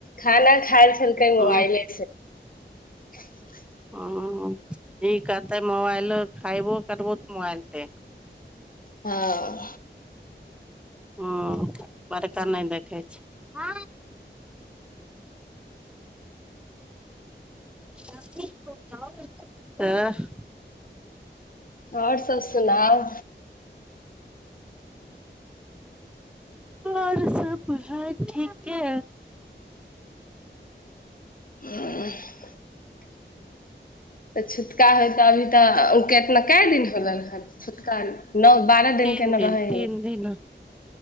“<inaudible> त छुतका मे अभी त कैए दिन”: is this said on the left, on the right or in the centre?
Left